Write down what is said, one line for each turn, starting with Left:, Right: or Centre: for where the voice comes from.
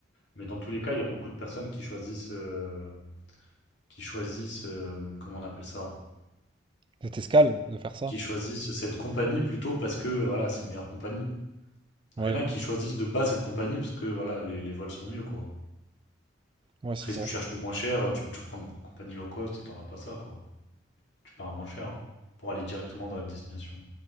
Left: Mais dans tous les cas, il y a beaucoup de personnes qui choisissent, euh, qui choisissent, euh, comment on appelle ça?
Right: De escale, de faire ça?
Left: Qui choisissent cette compagnie plutôt parce que, voilà, c'est une meilleure compagnie. Donc,
Right: Ouais,
Left: il y en a qui choisissent de base cette compagnie parce que, voilà, les, les vols sont mieux, quoi.
Right: ouais, c'est
Left: Après,
Right: ça.
Left: si tu cherches le moins cher, tu peux toujours prendre une compagnie low cost et t'auras pas ça, quoi. Tu pars moins cher, hein, pour aller directement dans la destination.